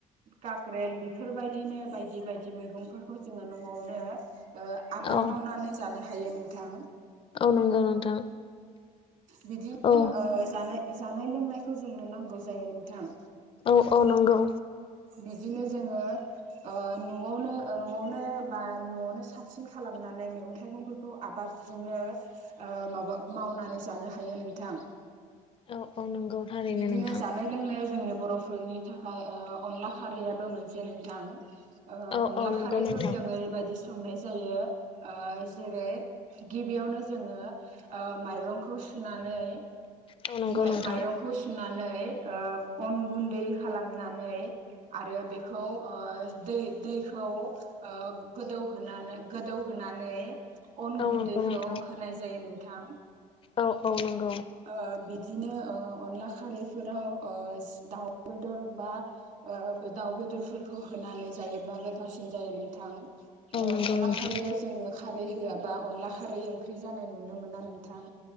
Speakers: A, on the right (about 60°); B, on the left (about 35°).
A: काक्रेल बेफोर बायदिनो दि बायदि मैगंफोरखौ जोङो न'आवनो ओ आबाद
B: औ
A: मावनानै जानो हायो नोंथां।
B: औ नंगो नोंथां।
A: बिदि
B: औ
A: नो जानाय जानाय लोंनायखौ जोंनो नांगौ जायो नोंथां।
B: औ औ नंगौ।
A: बिदिनो जोङो ओ न'आवनो ओ न'आवनो बा न'आवनो साबसिन खालामनानै मेगं थाइगंफोर खौ आबादजोंनो ओ माबा मावनानै जानो हायो नोंथां
B: औ औ नंगौ थारैनो
A: बिदिनो
B: नोंथां
A: जानाय लो लोंनायाव जोंनि बर'फोरनि थाखाय ओ अनला खारैयाबो मोनसे नोंथां। ओ
B: औ
A: अनला
B: औ नंगौ
A: खारैखौ
B: नोंथां
A: जों ओरैबायदिस संनाय जायो ओ जेरै गिबियावनो जोङो ओ माइरं खौ सुनानै
B: औ नंगौ
A: माइ
B: नोंथां
A: माइरंख खौ सुनानै ओ अन गुन्दै खालामनानै आरो बेखौ ओ दै दैखौ ओ गोदौ होनानो गोदौ होनानै अन
B: औ
A: गुन्दैखौ
B: नंगौ नोंथां
A: होनाय जायो नोंथां।
B: औ औ नोंगौ।
A: ओ बिदिनो ओ अनला खारैफोराव ओ दाउ बेदर बा ओ दाउ बेदरफोरखौ होनानै जायोब्ला गोथावसिन जायो नोंथां। ओ
B: औ नंगौ
A: अनला
B: नोंथां
A: खारैयाव जोङो खारै होआबा अनला खारै ओंख्रि जानाय नुनो मोना नोंथां।